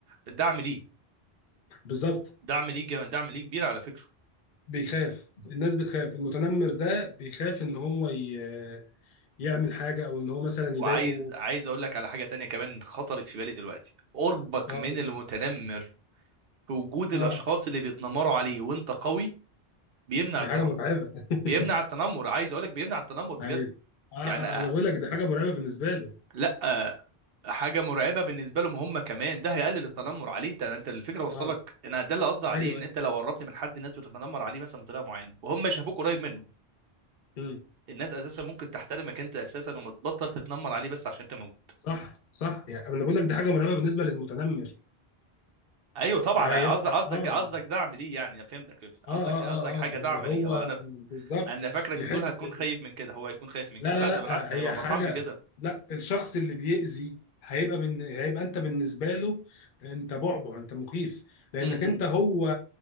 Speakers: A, on the right; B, on the left.
A: دعم ليه
B: بالظبط
A: دعم ليه جم- دعم ليه كبير على فكره
B: بيخاف الناس بتخاف المتنمر ده بيخاف ان هو ي... يعمل حاجه او ان هو مثلا
A: وعايز
B: يضايقه
A: عايز اقول لك على حاجه تانية كمان خطرت في بالي دلوقتي قربك
B: اه
A: من المتنمر في وجود
B: اه
A: الاشخاص اللي بيتنمروا عليه وانت قوي بيمنع
B: دي
A: التنمر
B: حاجه مرعبه <laughs>
A: بيمنع التنمر عايز اقول لك بيمنع التنمر بجد
B: أيوة. آه, آه
A: يعني آه،
B: آه، انا بقول لك دي حاجه مرعبه بالنسبه له
A: لا آه، حاجه مرعبه بالنسبه لهم هم كمان ده هيقلل التنمر عليه انت انت الفكره وصلت
B: اه
A: لك انا ده اللي قصدي عليه
B: ايوه
A: ان
B: ايوه
A: انت لو قربت من حد الناس بتتنمر عليه مثلا بطريقه معينه وهم شافوك قريب منه
B: مم.
A: الناس اساسا ممكن تحترمك انت اساسا ومتبطل تتنمر عليه بس عشان انت موجود
B: صح صح يعني انا بقول لك دي حاجه مرعبه بالنسبه للمتنمر
A: ايوه طبعا
B: هيبقى
A: قصدك قصدك
B: اه
A: قصدك دعم ليه يعني أنا فهمتك فهمت. قصدك
B: اه اه
A: قصدك
B: اه
A: حاجه
B: اه
A: دعم
B: اللي هو
A: ليه اه انا ف...
B: بالظبط
A: انا فاكرك
B: يحس
A: بتقول هتكون خايف من كده هو هيكون خايف من
B: لا
A: كده
B: لا
A: لا ده
B: لا
A: بالعكس
B: آه،
A: هيبقى
B: هي حاجة
A: فرحان بكده
B: لا الشخص اللي بيأذي هيبقى بن... هيبقى انت بالنسبة له انت بعبع انت مخيف لانك
A: امم
B: انت هو